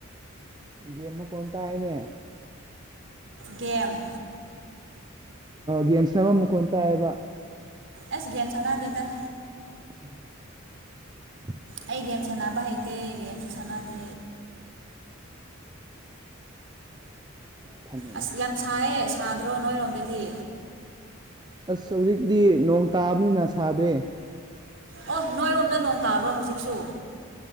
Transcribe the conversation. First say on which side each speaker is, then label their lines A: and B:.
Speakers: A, on the right (about 20°); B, on the right (about 60°).
A: ꯒꯦꯝ ꯃꯀꯣꯟ ꯇꯥꯏꯅꯦ
B: ꯒꯦꯝ
A: ꯒꯦꯝ ꯁꯟꯅꯕ ꯃꯈꯣꯟ ꯇꯥꯏꯑꯕ
B: ꯑꯁ ꯒꯦꯝ ꯁꯥꯟꯅꯗꯦꯗ
A: <inaudible>
B: ꯑꯩ ꯒꯦꯝ ꯁꯥꯟꯅꯕ ꯍꯩꯇꯦ ꯒꯦꯝꯁꯨ ꯁꯥꯟꯅꯗꯦ
A: ꯊꯝꯃꯝꯃꯦ
B: ꯑꯁ ꯌꯥꯝ ꯁꯥꯏꯌꯦ ꯁꯥꯗ꯭ꯔꯣ ꯅꯣꯏꯔꯣꯝꯗꯗꯤ
A: ꯑꯁ ꯍꯧꯖꯤꯛꯇꯤ ꯅꯣꯡ ꯇꯥꯕꯅꯤꯅ ꯁꯥꯗꯣ
B: ꯑꯣ ꯅꯣꯏꯔꯣꯝꯗ ꯅꯣꯡ ꯇꯥꯕ꯭ꯔꯣ ꯍꯧꯖꯤꯛꯁꯨ